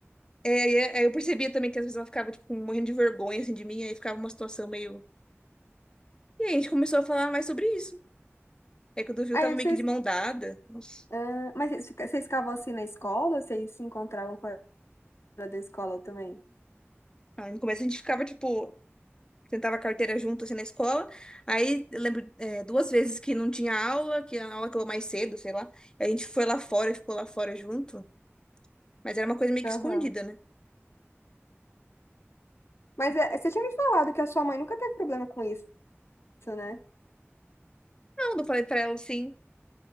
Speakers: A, on the left (about 20°); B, on the left (about 70°).
A: É, e é- aí eu percebia também que às vezes ela ficava, tipo, morrendo de vergonha, assim, de mim, aí ficava uma situação meio... E aí a gente começou a falar mais sobre isso. É que o do Viu
B: Aí
A: tava meio
B: vocês,
A: que de mão dada. Nossa.
B: ah, mas vocês fica- vocês ficavam assim na escola ou vocês se encontravam fora da escola também?
A: Aí no começo a gente ficava, tipo, tentava a carteira junto, assim, na escola. Aí eu lembro, é, duas vezes que não tinha aula, que a aula acabou mais cedo, sei lá. Aí a gente foi lá fora, ficou lá fora junto. Mas era uma coisa meio
B: Aham.
A: que escondida, né?
B: Mas é, você tinha me falado que a sua mãe nunca teve problema com isso, né?
A: Não, não falei pra ela, assim.